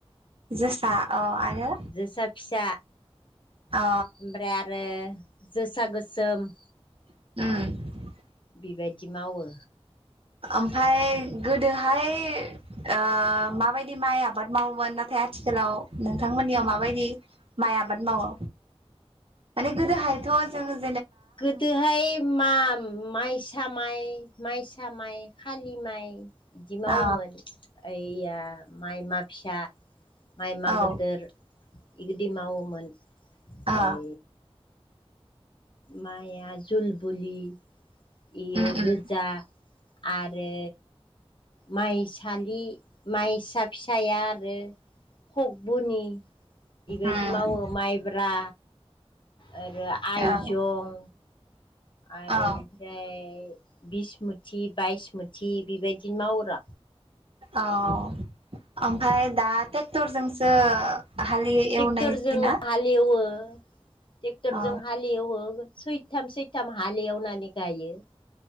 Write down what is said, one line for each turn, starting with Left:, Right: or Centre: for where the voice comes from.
Right: जोसा औ आरो
Left: जोसा फिसा,
Right: अ
Left: ओमफ्राय आरो जोसा गोसोम,
Right: उम
Left: बेबायदि मावो।
Right: ओमफ्राय गोदोहाय ओह माबायदि माइ आबाद मावोमोन नाथाय आथिखालाव नोंथांमोननियाव माबायदि माइ आबाद मावो माने गोदोहायथ' जोंङो
Left: गोदोहाय मा माइस फिसा माइ माइसा माइ खालि माइ बिदि मावोमोन
Right: औ
Left: ओयैया माइ मा फिसा माइमा
Right: औ
Left: गोदोर बिबायदि मावोमोन ओमफाय
Right: ओ
Left: माया जलबुलि इयो
Right: उम उम
Left: गोजा आरो माइसालि माइसा फिसाया आरो खकबुनि बेबायदि
Right: उम
Left: मावो माइब्रा आरो आइजं
Right: औ
Left: आरो
Right: औ
Left: इनिफ्राय बिस मुथि, बाइस मुथि बेबायदिनो मावर
Right: औ ओमफ्राय दा ट्रेक्टरजोंसो हाल
Left: ट्रेक्टर
Right: एवनाय जायोना
Left: जों हालेवो ट्रेक्टर
Right: अ
Left: जों हालेवो सै सथाम सैथाम हालेवनानै गायो